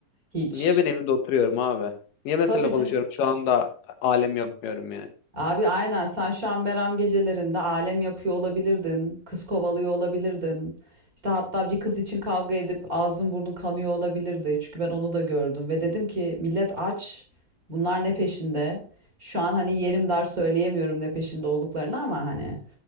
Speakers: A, on the right (about 25°); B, on the left (about 70°).
A: Hiç.
B: niye ben evimde oturuyorum abi? Niye ben
A: Tabii
B: seninle konuşuyorum?
A: canım.
B: Şu anda alem yapmıyorum yani.
A: Abi aynen sen şu an Meram gecelerinde alem yapıyor olabilirdin. Kız kovalıyor olabilirdin. İşte hatta bir kız için kavga edip ağzın burnun kanıyor olabilirdi. Çünkü ben onu da gördüm ve dedim ki millet aç. Bunlar ne peşinde? Şu an hani yerim dar söyleyemiyorum ne peşinde olduklarını ama hani.